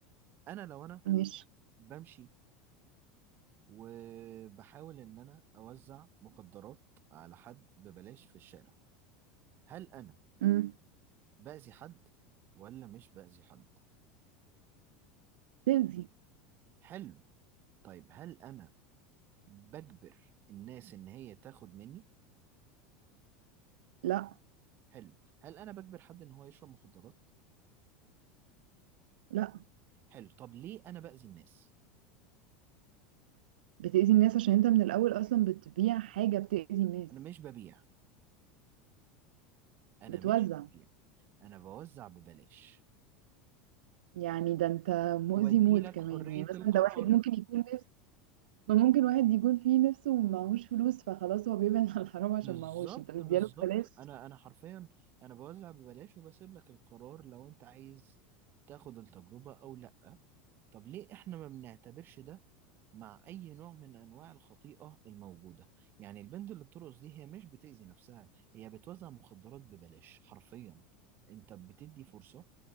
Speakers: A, on the right; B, on the right.
A: انا لو انا
B: مش
A: بمشي وبحاول إن أنا أوزع مخدرات على حد ببلاش في الشارع هل أنا
B: مم.
A: بأذي حد ولا مش بأذي حد؟
B: تأذي
A: حلو طيب هل أنا بجبر الناس إن هي تاخد مني؟
B: لا
A: حلو هل أنا بجبر حد إن هو يشرب مخدرات؟
B: لا
A: حلو طب ليه أنا بأذي الناس؟
B: بتأذي الناس عشان انت من الأول أصلا بتبيع حاجة بتأذي الناس
A: أنا مش ببيع أنا
B: بتوزع
A: مش ببيع أنا بوزع ببلاش
B: يعني ده انت مؤذي
A: وبدي
B: موت
A: لك
B: كمان
A: حرية
B: يعني مثلا
A: القرار
B: ده واحد ممكن يكون نفس ما ممكن واحد يكون فيه نفسه ومعهوش فلوس فخلاص هو بيبعد عن الحرام عشان
A: بالظبط
B: معهوش انت بتديله
A: بالظبط
B: ببلاش
A: انا انا حرفيا انا بوزع ببلاش وبسيب لك القرار لو انت عايز تاخد التجربة او لا طب ليه احنا ما بنعتبرش ده مع اي نوع من انواع الخطيئة الموجودة يعني البنت اللي بترقص دي هي مش بتأذي نفسها هي بتوزع مخدرات ببلاش حرفيا انت بتدي فرصة